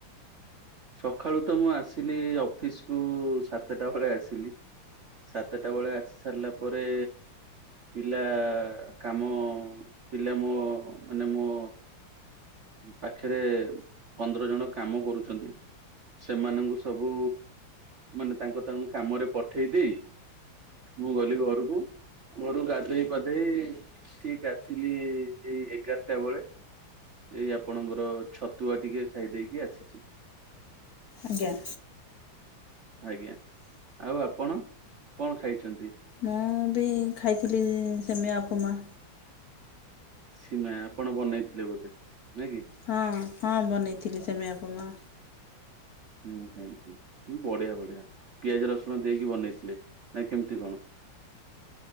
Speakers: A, on the right; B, on the left.
A: ସକାଳୁ ତ ମୁଁ ଆସିଲି ଅଫିସକୁୁ ସାତଟା ବେଳେ ଆସିଲି। ସାତଟା ବେଳେ ଆସି ସାରିଲା ପରେ ପିଲା କାମ ପିଲା ମୋ ମାନେ ମୋ ପାଖରେ ପନ୍ଦର ଜଣ କାମ କରୁଛନ୍ତି। ସେମାନଙ୍କୁ ସବୁ ମାନେ ତାଙ୍କ ତାଙ୍କୁ କାମରେ ପଠେଇ ଦେଇ ମୁଁ ଗଲି ଘରକୁ। ଘରୁ ଗାଧୋଇ ପାଧେଇ ଠିକ ଆସିଲି ଏଇ ଏଗାରଟା ବେଳେ। ଏଇ ଆପଣଙ୍କର ଛତୁଆ ଟିକେ ଖାଇ ଦେଇକି ଆସିଛି।
B: ଆଜ୍ଞା
A: ଆଜ୍ଞା ଆଉ ଆପଣ କଣ ଖାଇଛନ୍ତି?
B: ମୁଁ ବି ଖାଇଥିଲି ଇଁ ସେମେଇଁ ଉପମା।
A: ସୀମେଇ ଆପଣ ବନେଇଥିଲେ ବୋଧେ ନୁହେଁ କି?
B: ହଁ ହଁ ବନେଇଥିଲି ସିମେଇ ଉପମା।
A: ହୁଁ ହୁଁ ବଢିଆ ବଢିଆ ପିଆଜ ରସୁଣ ଦେଇକି ବନେଇଥିଲେ ନା କେମିତି କଣ?